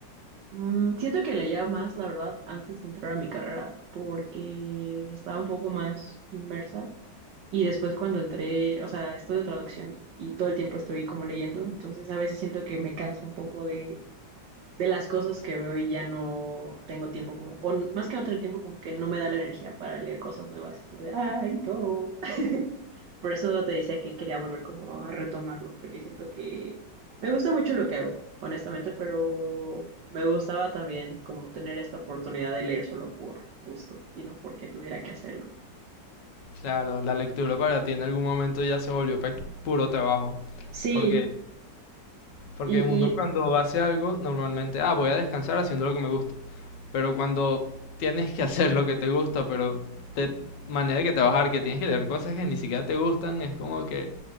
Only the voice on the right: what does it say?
Mm, siento que leía más, la verdad, antes de entrar a mi carrera, porque estaba un poco más inmersa. Y después cuando entré, o sea, estudio traducción y todo el tiempo estoy como leyendo, entonces a veces siento que me canso un poco de, de las cosas que veo y ya no tengo tiempo como, o n- más que no tener tiempo, como que no me da la energía para leer cosas nuevas. Es como de, ay, todo. Por eso te decía que quería volver como a retomarlo, porque siento que me gusta mucho lo que hago, honestamente, pero me gustaba también como tener esta oportunidad de leer solo por gusto y no porque tuviera que hacerlo.
Sí,
y,